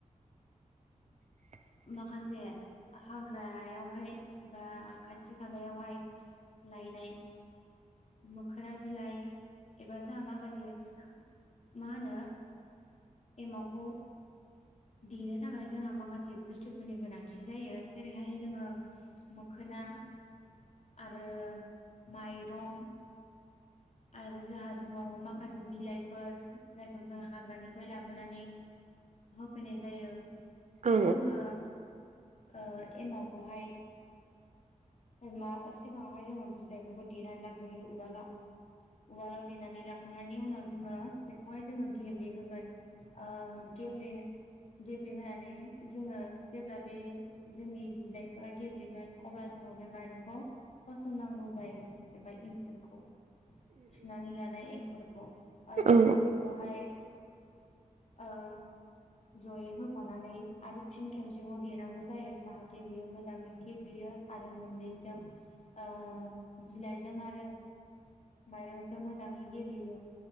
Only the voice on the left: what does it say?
माखासे हाग्रायावहाय एबा खाथि खालायावहाय लायनाय मोखोना बिलाइ एबा जोंहा माखासे मा होनो एमावखौ देनो थाखाय जोंहा माखासे बुस्थुफोरनि गोनांथि जायो जेरैहाय जोङो मोखोना ना आरो माइरं आरो जोहा दंबावो मा माखासे बिलाइफोर जायखौ जों हाग्रानिफ्राय लाबोनानै फैनाय जायो
जोङो ओ एमावखौहाय मा सिगाङावहाय जोङो बिलाइफोरखौ देनानै लाग्रोयो उवाल आव उवालाव देनानै लाखांनायनि उनाव जोङो बेखौहाय जोङो गेब्लेहोगोन ओ गेब्ले गेब्लेहोनानै जोङो जेब्ला बे जोंनि बिलाइफोरा गेब्लेगोन अब्ला जोङो बे माइरंखौ फसरनांगौ जायो एबा इंखुरखौ सुनानै लानाय एंखुरखौ जोङो
बेखौहाय ओ जयै होफानानै आरो फिन खेमसेबाव देनांगौ जायो जाहाथे बियो मोजाङै गेब्लेयो आरो मोननैजों ओ बिलाइजों आरो माइरंजों मोजाङै गेब्लेयो